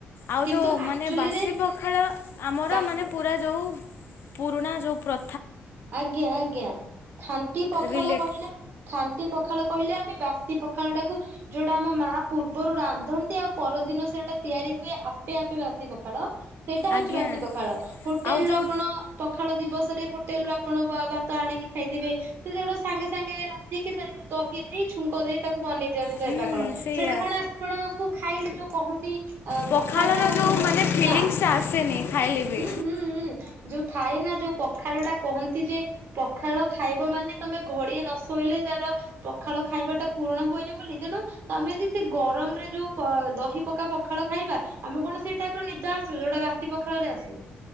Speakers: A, on the left; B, on the right.
A: ଆଉ
B: କିନ୍ତୁ
A: ଯୋଉ ମାନେ
B: ଆକ୍ଚୁଆଲିରେ
A: ବାସି ପଖାଳ ଆମର
B: ବାସ୍
A: ମାନେ ପୁରା ଯୋଉ ପୁରୁଣା ଯୋଉ ପ୍ର
B: ଆଜ୍ଞା ଆଜ୍ଞା ଖାଣ୍ଟି ପଖାଳ
A: ରିଲେଟ୍
B: କହିଲେ ଖାଣ୍ଟି ପଖାଳ କହିଲେ ଆମେ ବାସି ସି ପଖାଳଟାକୁ ଯୋଉଟା ଆମ ମା ପୂର୍ବରୁ ରାନ୍ଧନ୍ତି ଆଉ ପରଦିନ ସେଇଟା ତିଆରି ହୁଏ ଆପେ ଆପେ ବାସି ପଖାଳ ସେଇଟା ହଉଚି
A: ଆଜ୍ଞା
B: ବାସି ପଖାଳ, ହୋଟେଲ୍
A: ଆଉ
B: ରୁ
A: ଯୋଉ
B: ଆପଣ ପଖାଳ ଦିବସରେ ହୋ ଆପଣ ବ-ଭାତ ଆଣିକି ଖାଇଥିବେ ସେଟା ଗୋଟେ ସାଙ୍ଗେ ସାଙ୍ଗେ ରାନ୍ଧିକି ସେ ଦହି ଦେଇ ଛୁଙ୍କ ଦେଇ ତାକୁ ବନେଇ ଦିଅନ୍ତି
A: ହୁଁ
B: ଦହି ପାକଳ,
A: ସେଇଆ
B: ସେଇଟା କଣ ଆପଣଙ୍କୁ ଖାଇଲେ ଯୋଉ କହନ୍ତି ଅ,
A: ପଖାଳର
B: ପଖାଳ ଟା ହଉଚି
A: ଯୋଉ
B: ଗୋଟେ
A: ମାନେ
B: ନିଶା,
A: ଫିଲିଙ୍ଗସ୍ ଟା ଆସେନି ଖାଇଲେ ବି।
B: ହୁଁ, ହୁଁ, ହୁଁ, ଯୋଉ ଥାଏ ନା ଯୋଉ ପଖାଳ ଟା କହନ୍ତି ଯେ ପଖାଳ ଖାଇବ ମାନେ ତୋମେ ଘଡିଏ ନ ଶୋଇଲେ ତାର ପଖାଳ ଖାଇବାଟା ପୂରଣ ହୁଏନି ବୋଲି, ତେଣୁ ତୋମେ ଯଦି ସେ ଗରମରେ ଯୋଉ ପ- ଦହି ପକା ପଖାଳ ଖାଇବା ଆମେ କଣ ସେ ଟାଇପ୍ ର ନିଦ ଆସିବ ଯୋଉଟା ବାସି ପଖାଳ ରେ ଆସେ।